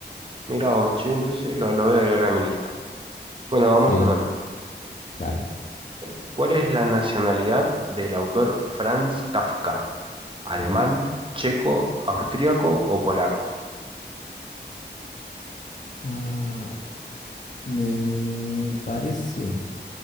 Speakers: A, on the right (about 30°); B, on the left (about 45°).
A: Mirá, vos, che, entonces lo, lo voy a agregar a mi lista. Bueno, vamos
B: Sí,
A: con otra.
B: dale.
A: Cu- ¿Cuál es la nacionalidad del autor Franz Kafka? ¿Alemán,
B: Ujú.
A: checo, austríaco o polaco?
B: Ah, me parece,